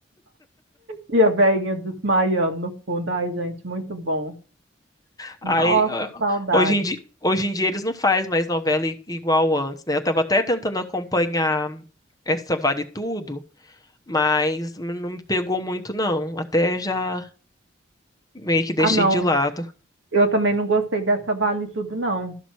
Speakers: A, on the right; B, on the left.
A: e a velhinha desmaiando no fundo. Ai, gente, muito bom.
B: Aí,
A: Nossa,
B: ah,
A: saudade.
B: hoje em dia, hoje em dia eles não fazem mais novela i- igual antes, né? Eu tava até tentando acompanhar essa Vale Tudo, mas não me pegou muito, não. Até já meio que deixei
A: Ah, não,
B: de lado.
A: eu também não gostei dessa Vale Tudo, não.